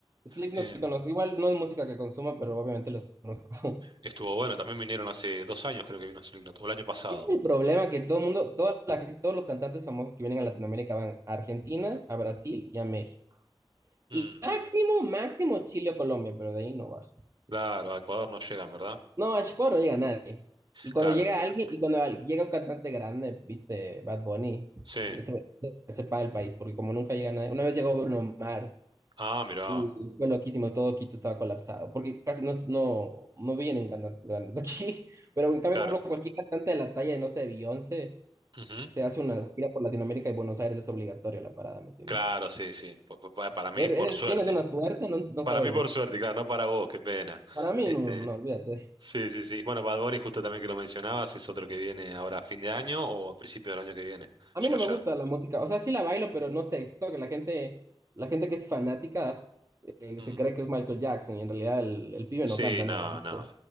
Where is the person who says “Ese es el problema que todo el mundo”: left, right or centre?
Right